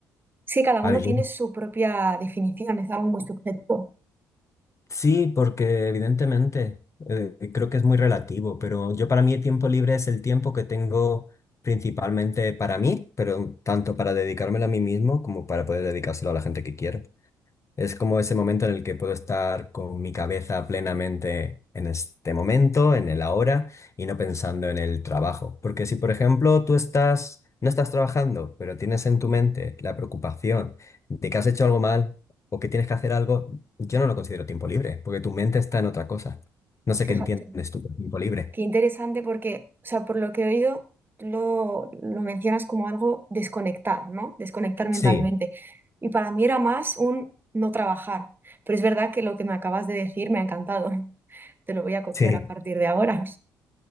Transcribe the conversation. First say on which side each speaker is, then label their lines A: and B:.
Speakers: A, on the right; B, on the left.
A: Sí, cada uno
B: A ver,
A: tiene
B: yo-
A: su propia definición, es algo muy subjetivo.
B: Sí, porque evidentemente eh, creo que es muy relativo, pero yo para mí el tiempo libre es el tiempo que tengo principalmente para mí, pero tanto para dedicármelo a mí mismo como para poder dedicárselo a la gente que quiero. Es como ese momento en el que puedo estar con mi cabeza plenamente en este momento, en el ahora, y no pensando en el trabajo. Porque si, por ejemplo, tú estás, no estás trabajando, pero tienes en tu mente la preocupación de que has hecho algo mal o que tienes que hacer algo, yo no lo considero tiempo libre, porque tu mente está en otra cosa. No sé
A: Fíjate,
B: qué entiendes tú por tiempo libre.
A: qué interesante porque, o sea, por lo que he oído, lo, lo mencionas como algo desconectar, ¿no? Desconectar mentalmente.
B: Sí,
A: Y para mí era más un no trabajar. Pero es verdad que lo que me acabas de decir me ha encantado. <laughs> Te lo voy a copiar
B: sí.
A: a partir de ahora.